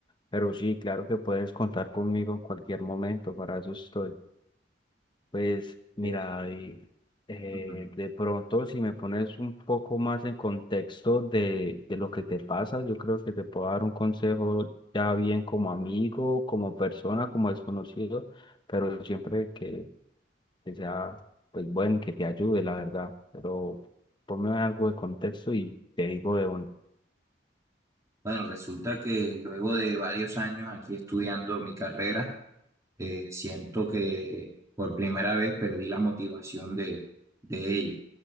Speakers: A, on the left; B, on the right.
A: Pero sí, claro que puedes contar conmigo en cualquier momento, para eso estoy. Pues mira,
B: Eh,
A: y, eh,
B: ujú.
A: de pronto si me pones un poco más en contexto de, de lo que te pasa, yo creo que te puedo dar un consejo ya bien como amigo, como persona, como desconocido, pero siempre que, que sea pues bueno, que te ayude, la verdad. Pero ponme algo de contexto y te digo de un
B: Bueno, resulta que luego de varios años aquí estudiando mi carrera, eh, siento que por primera vez perdí la motivación de, de ella.